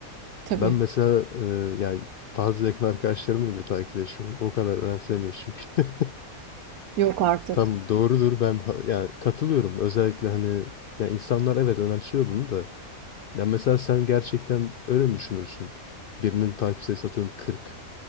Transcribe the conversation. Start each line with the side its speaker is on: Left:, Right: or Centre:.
Right: Tabii.
Left: Ben mesela e, yani bazı yakın arkadaşlarımla bile takipleşmiyorum. O kadar önemsemiyoruz çünkü. <laughs>
Right: Yok artık.
Left: Tam doğrudur ben ha- yani katılıyorum özellikle hani ya insanlar evet önemsiyor bunu da ya mesela sen gerçekten öyle mi düşünürsün? Birinin takip sayısı atıyorum 40.